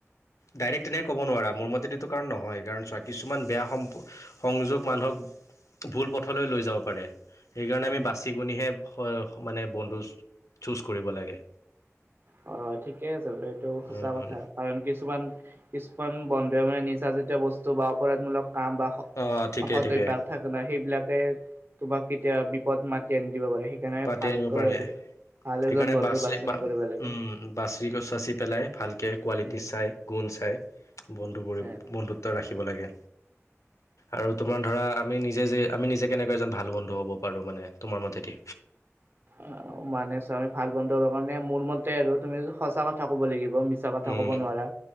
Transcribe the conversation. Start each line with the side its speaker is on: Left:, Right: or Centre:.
Left: ডাইৰেক্ট তেনেক ক'ব নোৱাৰা। মোৰ মতে এইটো কাৰণ নহয়, কাৰণ চোৱা কিছুমান বেয়া সম্প সংযোগ মানুহক ভুল পথলৈ লৈ যাব পাৰে। সেইকাৰণে আমি
Right: উম
Left: বাচি কুনিহে মানে বন্ধু চুজ কৰিব লাগে।
Right: হয় হয় ঠিকেই আছে এইটো সঁচা
Left: উম,
Right: কথা। কাৰণ কিছুমান কিছুমান বন্ধুৱে মানে নিচাজাতিয় বস্তু বা অপৰাধমূলক কাম বা
Left: অঁ ঠিকে
Right: অসতভ্যাস
Left: ঠিকে
Right: থাকে ন। সেইবিলাকে তোমাক কেতিয়া বিপদ মাতি আনি - দিব পাৰে। সেইকাৰণে
Left: পাতি
Right: ভালকৈ
Left: আনিব পাৰে
Right: আৰু ভাল
Left: সেইকাৰণে
Right: এজন বন্ধু
Left: বাছি
Right: বাছনি
Left: বা
Right: কৰিব লাগে।
Left: বাচি গছ চচি পেলাই ভালকৈ কোৱালিটি
Right: উম,
Left: চাই গুণ চায়। বন্ধু পৰি
Right: এ
Left: বন্ধুত্ব ৰাখিব লাগে। আৰু তোমাৰ ধৰা আমি নিজে যে আমি নিজে কেনেকৈ এজন ভাল বন্ধু হ'ব পাৰোঁ। মানে তোমাৰ মতেদি?
Right: অ মানে চোৱা আমি ভাল বন্ধু হব কাৰণে মোৰ মতে আৰু তুমি সঁচা কথা ক'ব লাগিব, মিছা কথা
Left: উম,
Right: ক'ব নোৱাৰা।